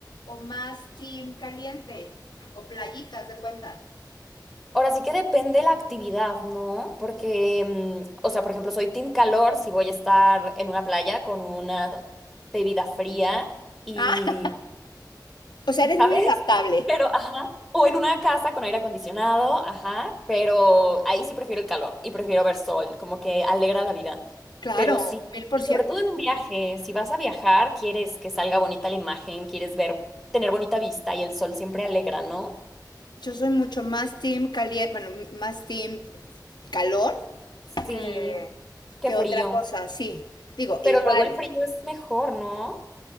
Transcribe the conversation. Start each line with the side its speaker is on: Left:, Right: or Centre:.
Left: o más team caliente o playitas de cuenta.
Centre: Ahora sí que depende la actividad, ¿no? Porque, mm, o sea, por ejemplo, soy team calor si voy a estar en una playa con una bebida fría y,
Left: Ah, o sea, eres
Centre: ¿sabes?
Left: muy adaptable.
Centre: Pero, ajá, o en una casa con aire acondicionado, ajá, pero ahí sí prefiero el calor y prefiero ver sol, como que alegra la vida.
Left: Claro,
Centre: Pero sí,
Left: mil por
Centre: y
Left: ciento.
Centre: sobre todo en un viaje, si vas a viajar, quieres que salga bonita la imagen, quieres ver, tener bonita vista y el sol siempre alegra, ¿no?
Left: Yo soy mucho más team caliente, bueno, m- más team calor
Centre: Sí,
Left: que,
Centre: qué
Left: que
Centre: frío.
Left: otra cosa, sí. Digo, igual,
Centre: Pero luego el frío es mejor, ¿no?